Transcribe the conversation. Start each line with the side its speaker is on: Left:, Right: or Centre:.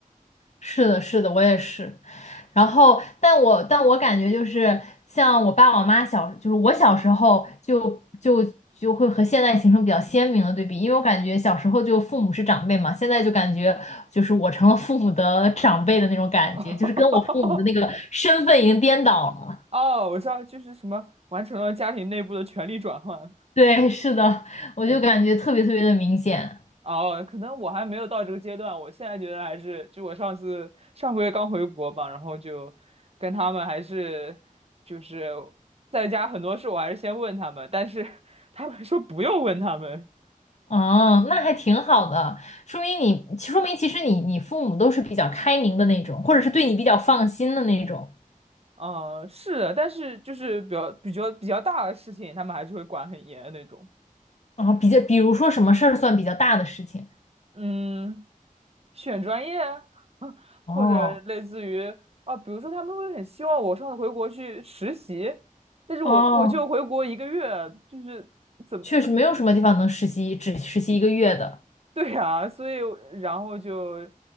Left: 是的，是的，我也是。然后，但我但我感觉就是像我爸我妈小，就是我小时候就就就会和现在形成比较鲜明的对比，因为我感觉小时候就父母是长辈嘛，现在就感觉就是我成了父母的长辈的那种感觉，
Right: <laughs>
Left: 就是跟我父母的那个身份已经颠倒了。
Right: 哦，我知道，就是什么完成了家庭内部的权力转换。
Left: 对，是的，
Right: <laughs>
Left: 我就感觉特别特别的明显。
Right: 哎，哦，可能我还没有到这个阶段，我现在觉得还是，就我上次上个月刚回国吧，然后就跟他们还是就是在家很多事我还是先问他们，但是他们说不用问他们。
Left: 哦，那还挺好的，说明你，说明其实你你父母都是比较开明的那种，或者是对你比较放心的那种。
Right: 嗯，是的，但是就是比较比较比较大的事情，他们还是会管很严的那种。
Left: 哦，比较，比如说什么事儿算比较大的事情？
Right: 嗯，选专业啊，<laughs>
Left: 哦
Right: 或者类似于啊，比如说他们会很希望我上次回国去实习，但是我我就回国一个月，
Left: 哦，
Right: 就是怎么，
Left: 确实没有什么地方能实习，
Right: <laughs> 嗯
Left: 只实习一个月的。
Right: 对啊，所以然后就